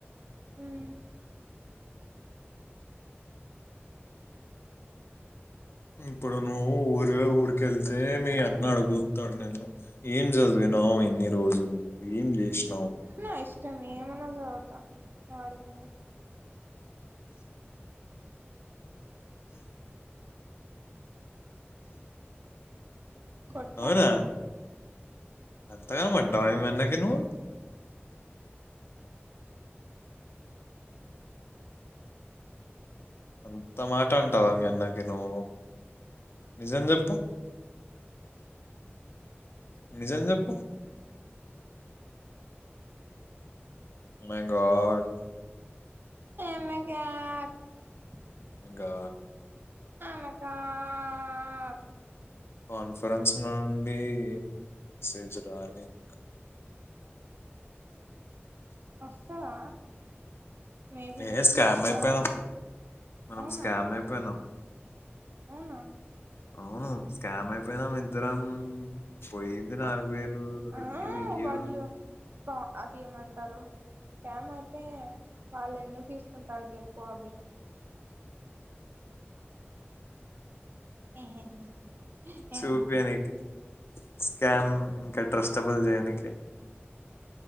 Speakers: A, on the right; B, on the left.
A: మ్,
B: ఇప్పుడు నువ్వు ఊరులో ఊరికెళ్తే మీ అన్న అడుగుతడు నిన్ను ఏం చదివ రావు ఎన్ని రోజులు ఏం చేశ్నవ్
A: నా ఇష్టం ఏమన్నా సదువుత వాడికెందుకు కొడ్తనింకా
B: అవునా? అంతగనం అంటవ మీ అన్నకి నువ్ అంత మాట అంటవ మీ అన్నకి నువ్వు నిజం చెప్పు నిజం చెప్పు ఓ మై గాడ్
A: <unintelligible>
B: గా
A: ఓహ్ మై గాడ్
B: కాన్ఫరెన్స్ నుండి ఏం మెసేజ్ రాలే ఇంకా
A: ఒస్తదా మేబి
B: ఏ
A: నీకే
B: స్కామ్
A: ఒస్తది
B: అయిపోయినాం
A: అనిపిస్తుంది
B: మనం
A: అవునా
B: స్కామ్ అయిపోయినాం
A: అవునా
B: అవును స్కామ్ అయిపోయినం ఇద్దరం పోయింది నాలుగు వేలు
A: ఆ
B: అయ్యో అయ్యో
A: వాళ్ళు కా ఆ అది ఏమంటారు స్కామ్ అయితే వాళ్ళు ఎందుకు తీసుకుంటారు చెప్పు అవి హి హి హెయి
B: చూపేనికి స్కామ్ ఇంకా ట్రస్టబుల్ జెయనికి